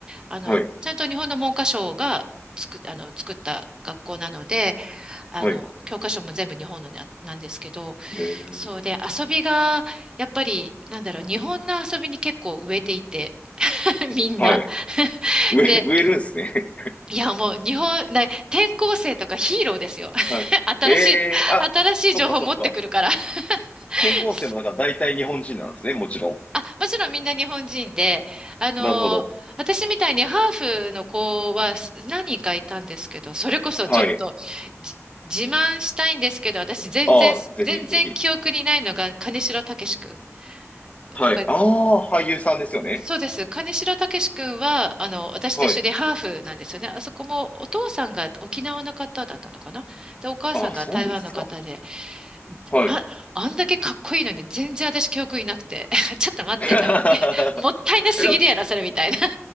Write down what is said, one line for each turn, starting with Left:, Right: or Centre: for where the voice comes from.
Right: あの、
Left: はい。
Right: ちゃんと日本の文科省が作っ、あの、作った学校なので、あの、
Left: はい。
Right: 教科書も全部日本のな、なんですけど、
Left: えー、
Right: そうで、遊びが、やっぱり、なんだろう、日本の遊びに結構植えていて、<laughs> みんな。
Left: はい。
Right: <laughs>
Left: 植え、
Right: で、
Left: 植えるんですね。
Right: いや、もう、日本、な、転校生とかヒーローですよ。<laughs>
Left: はい。
Right: 新しい、
Left: ええあ、
Right: 新しい情報持ってくるから。
Left: そっかそっか。
Right: <laughs>
Left: 転校生もだから大体日本人なんですね、もちろ
Right: あ、もちろんみんな日本人で、あの、
Left: ん。なるほど。
Right: 私みたいにハーフの子はす何人かいたんですけど、それこそちょっと、
Left: はい。
Right: じ自慢したいんですけど、私全然、
Left: ああ、ぜひぜひ。
Right: 全然記憶にないのが、金城武志くん。
Left: はい。
Right: わか
Left: ああ、俳優さんですよね。
Right: そうです。金城武志君は、あの、私と一緒でハーフなんですよね。
Left: はい。
Right: あそこもお父さんが沖縄の方だったのかな。で、お母さんが台湾の方で、
Left: ああ、そうですか。はい。
Right: あ、あんだけかっこいいのに全然私記憶いなくて、<laughs> ちょっと待ってと思って、
Left: <laughs>
Right: もったいなすぎるやろ、
Left: え、でもし、
Right: それみたいな。